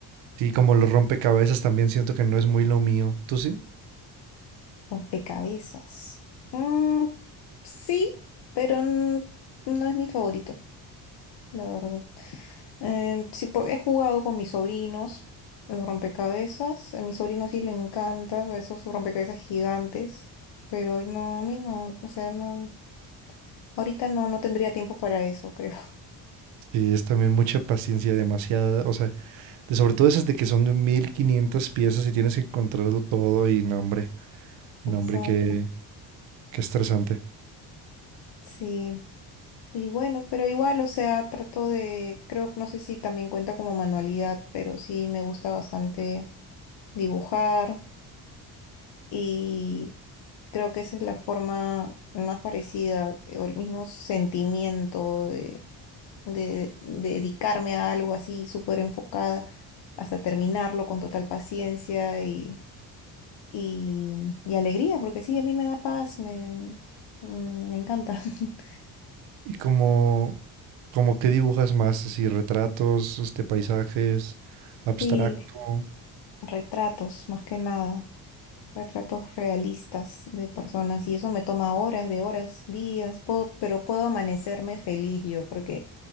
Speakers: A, on the right; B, on the left.
A: Sí, como los rompecabezas también siento que no es muy lo mío. ¿Tú sí?
B: Rompecabezas. Mm, sí, pero n- no es mi favorito, la verdad. Eh, sí, po- he jugado con mis sobrinos los rompecabezas. A mi sobrino sí le encanta esos rompecabezas gigantes, pero no, a mí no, o sea, no, ahorita no, no tendría tiempo para eso, creo.
A: Sí, es también mucha paciencia, demasiada, o sea, de sobre todo esas de que son de 1500 piezas y tienes que encontrarlo todo y no, hombre, no,
B: <laughs> Exacto,
A: hombre, qué, qué estresante.
B: sí. Y bueno, pero igual, o sea, trato de, creo, no sé si también cuenta como manualidad, pero sí me gusta bastante dibujar y creo que esa es la forma más parecida o el mismo sentimiento de, de dedicarme a algo así súper enfocada hasta terminarlo con total paciencia y, y, y alegría, porque sí, a mí me da paz, me, mm, me encanta. <laughs>
A: ¿Y como, como qué dibujas más? Así, retratos, este, paisajes, abstracto.
B: Sí, retratos, más que nada, retratos realistas de personas y eso me toma horas, de horas, días, puedo- pero puedo amanecerme feliz yo, porque